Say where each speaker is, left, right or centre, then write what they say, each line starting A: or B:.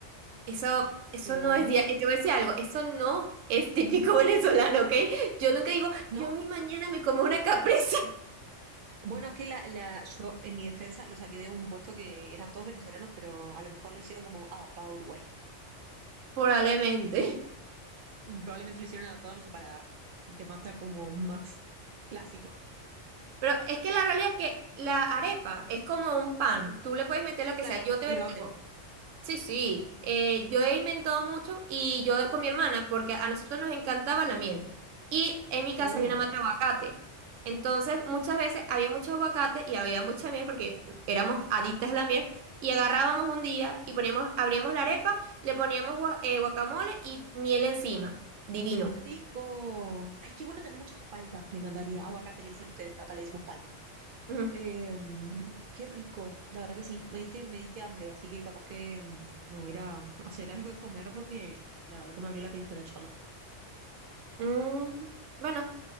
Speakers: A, on the right; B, on the right.
A: eso, eso
B: Y Era...
A: no es, dia- eh, te voy a decir algo, eso no es típico <laughs> venezolano, ¿ok? Yo
B: ¿Sí?
A: nunca digo,
B: ¿No?
A: yo mi mañana me como una capresa,
B: Bueno, es que la, la, yo en mi defensa lo saqué de un puesto que eran todos venezolanos, pero a lo mejor lo hicieron como adaptado a Uruguay.
A: <laughs> probablemente.
B: Mm, Probablemente lo hicieron adaptado a nuestro paladar, que más está como más clásico.
A: Pero es que la realidad es que la arepa es como un pan. Tú le puedes meter lo que
B: Claro,
A: sea. Yo te
B: y lo abren.
A: digo, sí, sí. eh, yo he inventado mucho y yo con mi hermana, porque a nosotros nos encantaba la miel. Y en mi casa
B: Uh,
A: había una mata de aguacate. Entonces, muchas veces había mucho aguacate y había mucha miel porque éramos adictas a la miel. Y agarrábamos un día y poníamos, abríamos la arepa, le poníamos gua- eh, guacamole y miel encima. Divino.
B: ¡Qué rico! Ay, qué bueno tener muchas paltas, me encantaría. Aguacate le dicen ustedes, acá le decimos palta.
A: Ujú.
B: Eh, qué rico, la verdad que sí, me diste, me diste hambre, así que capaz que mm, me voy a ir a hacer algo de comer porque la verdad que me abrió el apetito la charla.
A: Mm, bueno.